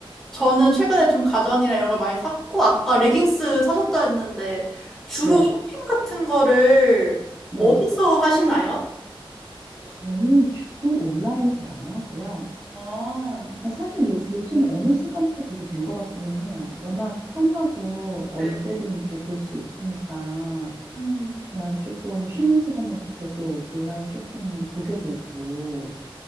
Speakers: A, in the centre; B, on the right (about 30°).
A: 저는 최근에 좀 가전이나 이런 걸 많이 샀고 아까 레깅스 사셨다 했는데 주로
B: 네,
A: 쇼핑 같은 거를
B: 네.
A: 어디서 하시나요?
B: 저는 주로 온라인에서 많이 하고요.
A: 아,
B: 아, 사실 요, 요새는 어느 순간부터 그렇게 된 것 같기는 해요. 워낙 편하고 언제든지
A: 네.
B: 볼 수 있으니까
A: 음.
B: 그냥 조금 쉬는 시간에도 계속 온라인 쇼핑몰 보게 되고